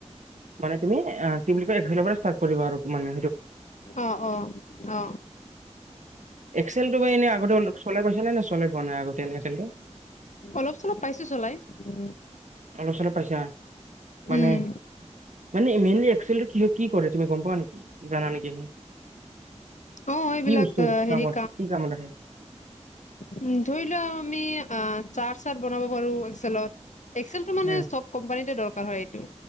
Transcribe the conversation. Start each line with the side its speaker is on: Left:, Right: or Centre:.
Right: মানে তুমি কি বুলি কয় এক এপ্ৰিলত ষ্টাৰ আৰু মানে
Left: অ অ অ
Right: এক্সেল তটো ব এনেই আগতে চলাইছে নে নাই চলাই পোৱা আগতে এনে এক্সেলটো
Left: অলপ চলপ পাইছো চলাই। উ
Right: অলপ চলপ পাইছা মানে
Left: উম
Right: মানে মেইনল একেল কি কি কৰে তুমি গম পোৱা নেকি জানা নেকি
Left: অ এইবিলাক
Right: কি বস্তু
Left: হেৰি
Right: কামত কি কামত আহে
Left: উ ধৰি লোৱা আমি চাট চাট বনাব পাৰো হোষ্টেল এক্সেল তো মানে
Right: উম
Left: কোম্পানীতে দৰকাৰ কাৰ হয় এইটো